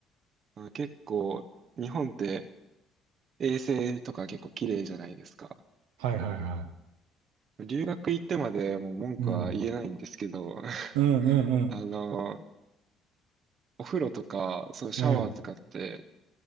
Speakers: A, on the right; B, on the right.
A: まあ、結構、日本って衛生とか結構綺麗じゃないですか。
B: はいはいは
A: 留学行ってまでもう文句は言えないんですけど、
B: い。うん。うんうんうん。
A: <laughs> あの、お風呂とか、そう、シャワーとかって
B: うん。